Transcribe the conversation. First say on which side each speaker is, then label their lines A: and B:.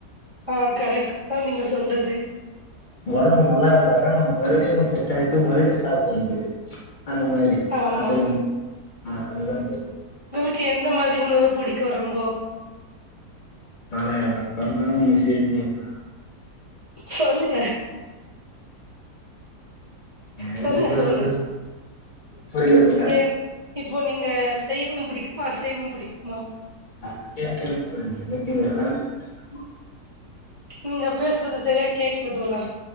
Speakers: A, on the right; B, on the left.
A: ஆ கரெக்ட் தா நீங்க சொல்றது
B: ஒடம்பு நல்லாருந்தா தா நம்ம மறுபடியு செட் ஆயிட்டு மறுபடியு சாப்புடரத்துக்கு அந்த மாரி
A: ஆமா
B: அசைவம் ஆ அதுதா
A: க்கு எந்த மாரி உணவு புடிக்கு ரொம்போ
B: நானே சொன்னா நீங்க சிரிப்பீங்க
A: சொல்லுங்க
B: எனக்கு
A: சொல்லுங்க சொல்லுங்க
B: வந்து புரில மேடம்
A: ஏன் இப்போ நீங்க சைவம் புடிக்குமா அசைவம் புடிக்குமா
B: அப்டின்னு தெர்ல தோழி எனக்கு எல்லாமே புடிக்கு
A: நீங்க பேசறது சரியா கேக் கல தோழா